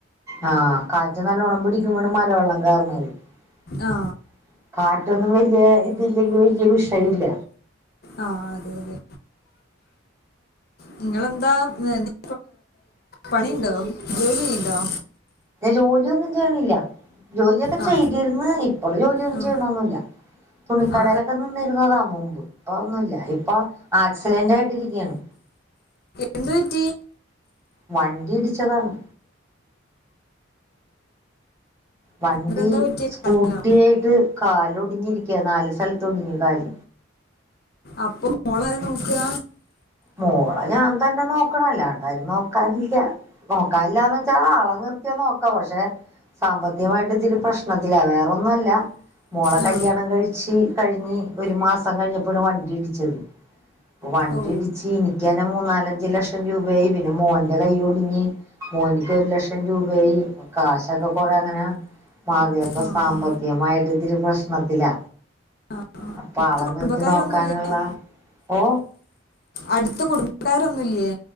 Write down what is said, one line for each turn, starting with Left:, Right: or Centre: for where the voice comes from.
Right: ആ കാറ്റ് നല്ലവോണം പിടിക്കുമ്പോഴാണ് മലവെള്ളം കേറുന്നത് <unintelligible>
Left: ആ
Right: കാറ്റൊന്നുമി എ ഇതില്ലെങ്കിൽ വലൃ വിഷയമില്ല
Left: ആ അതെ അതെ നിങ്ങെളെന്താ എന്താ പണിയുണ്ടോ ജോലി ചെയ്യണ്ടോ
Right: ജോലിയൊന്നും ചെയ്യണില്ല ജോലിയൊക്കെ
Left: ആ
Right: ചെയ്തിരുന്ന് ഇപ്പോള് ജോലിയൊന്നും
Left: ആ
Right: ചെയ്യണൊന്നുമില്ല തുണിക്കടയിലൊക്കെ
Left: ആ
Right: നിന്നിരുന്നതാ മുമ്പ് ഇപ്പം ഒന്നുമില്ല ഇപ്പം ആക്സിഡന്റ് ആയിട്ടിരിക്കയാണ്
Left: എന്ത് പറ്റി
Right: വണ്ടി ഇടിച്ചതാണ് വണ്ടി
Left: ഇവരെന്താ പറ്റിയ
Right: സ്കൂട്ടി
Left: കാലിനോ
Right: ആയിട്ട് കാലൊടിഞ്ഞിരിക്കാ നാല് സ്ഥലത്ത് ഒടിഞ്ഞ് <unintelligible>
Left: അപ്പം മോളെ ആരാ നോക്കുക
Right: മോളെ ഞാൻ തന്നെ നോക്കണൊല്ലാ ആര് നോക്കാഞ് നോക്കാനില്ലാന്ന് വെച്ചാ ആളെ നിർ ത്തി നോക്കാം പക്ഷേ സാമ്പത്തികമായിട്ട് ഇത്തിരി പ്രശ്നത്തിലാ വേറെ ഒന്നുല്ല മോള
Left: ആ
Right: കല്യാണം കഴിച്ചു കഴിഞ്ഞ് ഒരു മാസം കഴിഞ്ഞപ്പോണ് വണ്ടി ഇടിച്ചത് വണ്ടിടി
Left: ഓ
Right: അങ്ങനെ മൂന്നാലഞ്ച ലക്ഷം രൂപയായി പിന്നെ മോന്റെ കൈ ഒടുഞ്ഞ് മോന് ഒരു ലക്ഷം രൂപായി കാശൊക്കെ കൊറെ അങ്ങനെ മാറിയ പ്പൊ
Left: ആ
Right: സാമ്പത്തികമായിട്ട്
Left: ആ
Right: ഇത്തിരി പ്രശ്നത്തിലാ
Left: ആ ആ അടുത്ത
Right: പാളം
Left: കുടുംബക്കാരൊന്നുമില്ല
Right: നിർത്തി നോക്കാനുള്ള ഓ
Left: അടുത്ത കുടുംബക്കാരൊന്നുംല്ലേ